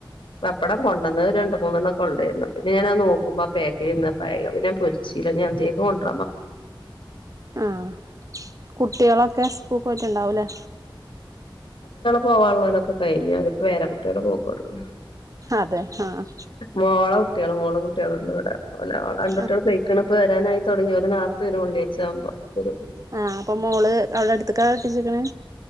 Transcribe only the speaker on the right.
ആ കുട്ടികളൊക്കെ സ്‌കൂളിൽ പോയിട്ടുണ്ടാവൂലേ
അതെ ആഹ്
ആഹ്
ആ അപ്പൊ മോള് അവിടെ അടുത്തക്കാ കെട്ടിച്ചക്കണ്